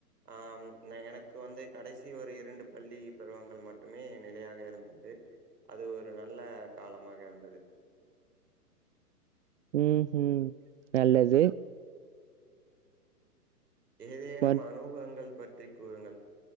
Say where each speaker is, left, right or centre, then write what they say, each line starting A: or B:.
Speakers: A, on the right; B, on the right.
A: ஆம் நா எனக்கு வந்து கடைசி ஒரு இரண்டு பள்ளி பருவங்கள் மட்டுமே நிலையாக இருந்தது அது ஒரு நல்ல காலமாக இருந்தது
B: ம்ஹிம் நல்லது
A: இனிஏதேனும்
B: மற்
A: அனுபவங்கள் பற்றி கூறுங்கள்